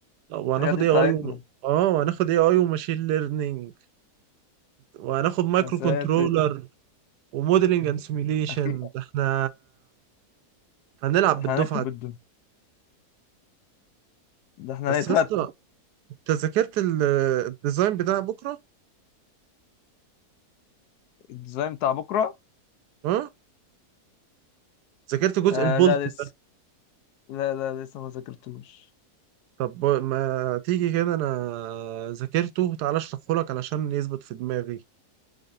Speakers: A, on the right (about 85°); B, on the left (about 80°).
A: وهناخد
B: الحاجات دي
A: اي
B: بتاعتنا
A: اي و... اه وهناخد اي اي وماشين ليرنينج وهناخد مايكرو
B: يا ساتر
A: كنترولر وموديلنج اند سيميليشن
B: اخيرا
A: ده احنا هنلعب
B: ده
A: بالدفعه
B: احنا هنخرب
A: دي
B: الدنيا ده احنا
A: بس
B: هنترتب
A: يا اسطى انت ذاكرت ال- الديزاين بتاع بكره
B: الديزاين بتاع بكره
A: اه ذاكرت جزء
B: آه
A: البولت
B: لا لسه
A: ده
B: لا لا لسه ما ذاكرتوش
A: طب ما تيجي كده انا ذاكرته تعالى اشرحه لك علشان يثبت في دماغي